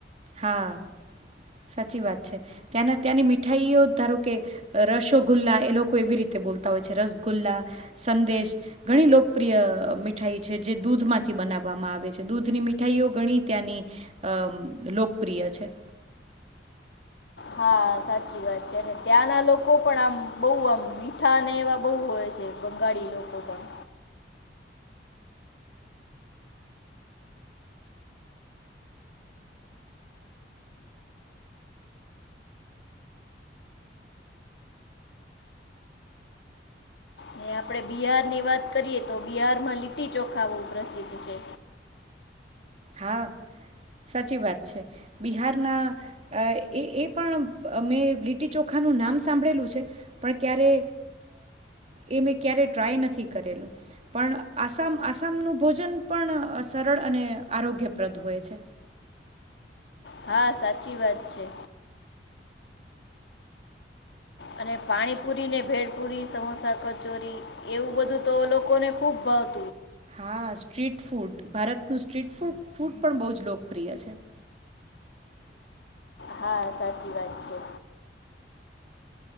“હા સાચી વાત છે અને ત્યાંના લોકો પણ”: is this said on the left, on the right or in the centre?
Left